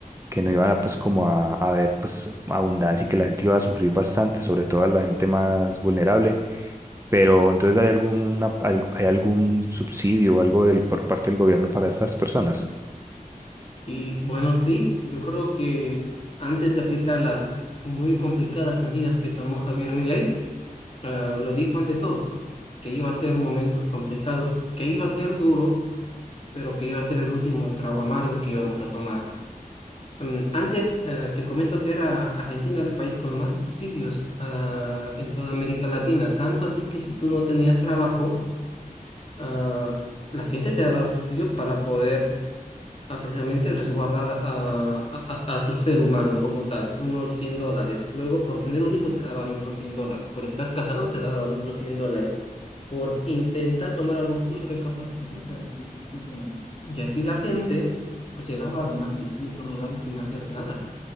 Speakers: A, on the right (about 20°); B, on the left (about 40°).
A: que no iba pues como a, a haber pues abundancia y que la gente iba a sufrir bastante, sobre todo a la gente más vulnerable, pero entonces ¿hay alguna, al- hay algún subsidio o algo del, por parte del gobierno para estas personas?
B: Y bueno, sí, yo creo que antes de aplicar las muy complicadas medidas que tomó Javier Milei, eh, lo dijo ante todos, que iba a ser momentos complicados, que iba a ser duro pero que iba a ser el último trago amargo que íbamos a tomar. Mm, Antes, eh, te comento que era Argentina el país con más subsidios ah, en toda América Latina, tanto así que si tú no tenías trabajo, ah, la gente te daba un subsidio para poder ah, precisamente resguardar a, a- a- a tu ser humano como tal, unos 100 dólares. Luego, por tener un hijo te daban otros 100 dólares, por estar casado te daban otros 100 dólares por intentar tomar algún curso de capacitación terapéutica. Y así la gente pues llegaba a ganar 600 dólares sin hacer nada,